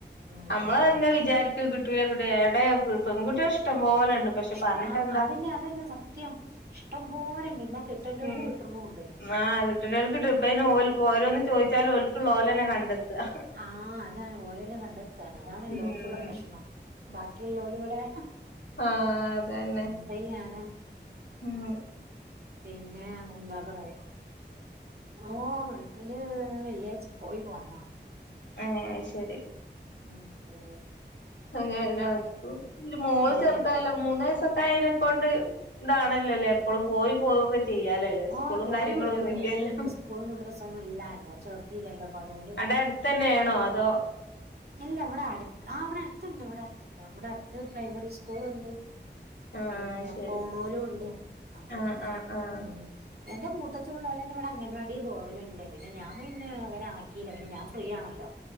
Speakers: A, on the right; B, on the left.
A: ഉം
B: നമ്മള് ഇങ്ങെ വിചാരിക്കു കിട്ടൂല കിട്ടൂല എവിടെ പെണ്ണുകുട്ടികൾ ഇഷ്‌ - പോലണ്ട് പക്ഷെ
A: ഇഷ്
B: പറഞ്ഞിട്ടെന്താ
A: അതന്നെ അതന്നെ സത്യം ഇഷ്ടം പോലെണ്ട് എന്നാ കിട്ടേണ്ടോൽക്ക്
B: ഉ
A: കിട്ടുണുണ്ട്
B: ആ് കുട്ടണ്ടികൾക്ക്ട്ടും ഇപ്പന് ഓ ഓരോന്ന് ചോദിച്ചാലും ഓക്കുള്ള ഓലന്നെ കണ്ടെത്തുക
A: ആഹ അതാണ് ഓലിനെ കണ്ടെത്തയാണ് അതാണ് എല്ലോടത്തുള്ള
B: ഉം
A: പ്രശ്നം ബാക്കിയുള്ള ഓല ഇവിടെ-
B: ആഹ അത തന്നെ
A: എന്തെയ്യാനാ
B: ആഹ
A: പിന്നെ എന്താ പറയാ ഓ വീട്ടില് വെള്ളിയാഴ്ച പോയി പോന്നോ
B: ആഹ ശരി
A: ഉം ഉ
B: അങ്ങന മോള്
A: എങ്ങനെ
B: ചെറുതാലോ മൂന്ന് വയസൊക്കെ അയനെക്കൊണ്ട് ഇതാണല്ലല്ലേ എപ്പോഴും പോയി പോയൊക്കെ ചെയ്യാലല്ലേ സ്കൂളും
A: ഓഹ് പോയി
B: കാര്യങ്ങള
A: പോരൊക്കെ
B: ഒന്നും ഇല്ലല്ല
A: ഉം സ്കൂളും മദ്രസൊന്നും ഇല്ലാല്ലോ ചേർത്തില്ലല്ലോ അപ്പൊ അതുകൊണ്ട്
B: എടെ അടുത്ത് തന്നൊണോ അതോ
A: ഇല്ല ഇവിടെ അടുത്ത് ആ അവിടെ അടുത്തുണ്ട് ഇവിടെടുണ്ട് ഇവിടെ അടുത്ത് പ്രൈമറി സ്കൂൾുണ്ട്
B: ആഹ്
A: പിന്നെ
B: ശരി
A: പോണലും ഉണ്ട് അപ്പൊ
B: ആഹ്
A: പിന്നെ
B: ആഹ് ആഹ്
A: ഉ എന്റെ കൂട്ടത്തുള്ള പോലന്നെ ഇവിടെ അംഗൻവാടി പോവലുണ്ട് പിന്നെ ഞാൻ പിന്നെ അവ കീ പിന്നെഞൻ ഫ്രീ ആണല്ലോ